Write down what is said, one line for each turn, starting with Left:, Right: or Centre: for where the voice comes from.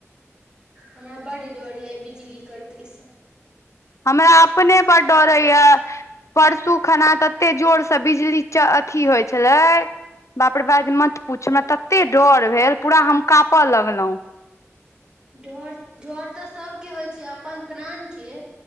Right: हमरा बड्ड डर यए बिजली करकैस
Left: हमरा अपने बड डरैया परसू खना तते जोरसँ बिजली अथि होइ छलै बापरे बाप ब मत पूछ हमरा तते डर भेल पूरा हम काँपय लगलहु
Right: डर डर तऽ सभके होइ छै अपन प्राण के